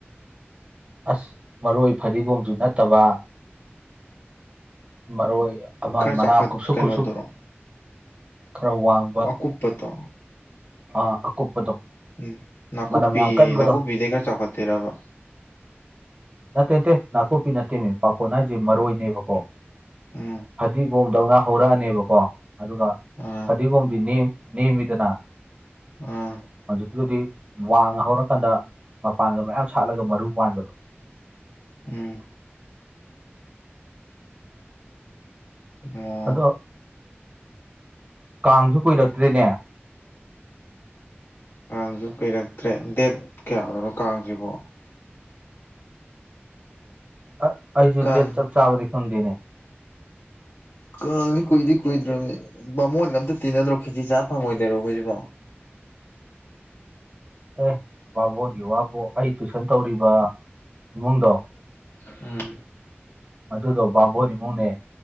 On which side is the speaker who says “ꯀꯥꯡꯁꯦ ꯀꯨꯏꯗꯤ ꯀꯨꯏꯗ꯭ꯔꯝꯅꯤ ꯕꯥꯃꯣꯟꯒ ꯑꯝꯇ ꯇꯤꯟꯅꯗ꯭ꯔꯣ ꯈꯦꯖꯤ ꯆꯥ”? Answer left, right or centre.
Left